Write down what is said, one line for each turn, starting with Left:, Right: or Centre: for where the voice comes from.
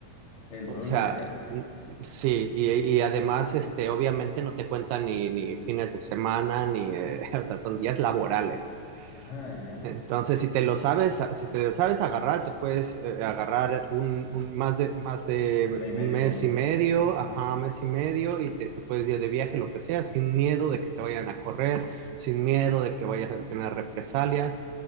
Left: el
Right: O
Left: doble
Right: sea,
Left: que acá.
Right: n- sí, y, y además, este, obviamente no te cuentan ni, ni fines de semana, ni, eh, <laughs> o sea, son días laborales.
Left: Ah, ya,
Right: Entonces, si te lo sabes, si te lo sabes agarrar, te puedes eh, agarrar un, un- más de, más de
Left: un mes y medio
Right: un mes
Left: más o menos.
Right: y medio,
Left: Sí,
Right: ajá, mes y medio, y te, te puedes ir de viaje, lo que sea, sin miedo de que te vayan a correr, sin miedo de que vayas a tener represalias.